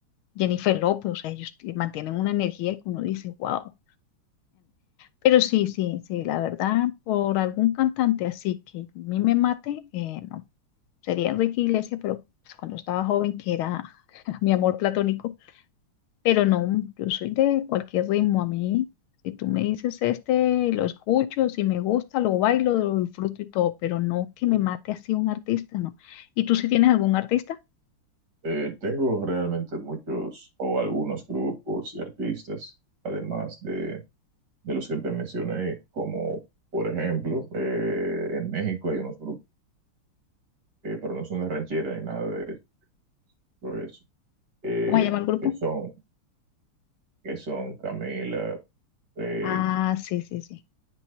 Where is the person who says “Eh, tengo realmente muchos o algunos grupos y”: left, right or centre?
Right